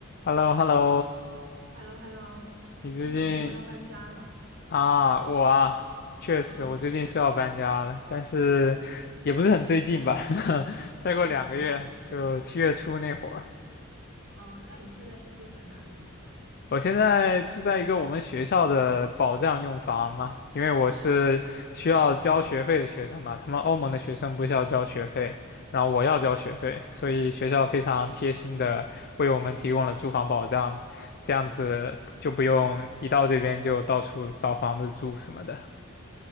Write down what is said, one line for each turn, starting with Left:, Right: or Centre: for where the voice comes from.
Left: h e l l o h e l l o
Right: h e l l o h e l l o
Left: 你最近
Right: 听说你最近要搬家了，
Left: 啊，我啊，确实，
Right: 嗯
Left: 我最近是要搬家了，但是也不是很最近吧，<laughs> 再过两个月就七月初那会儿。
Right: <laughs> 嗯，那你现在是住在哪里呢？
Left: 我现在住在一个我们学校的保障用房嘛，因为我是需要交学费的学生嘛，他们欧盟的学生不需要交学费，然后我要交学费，所以学校非常贴心的为我们提供了住房保障，这样子就不用一到这边就到处找房子住什么的。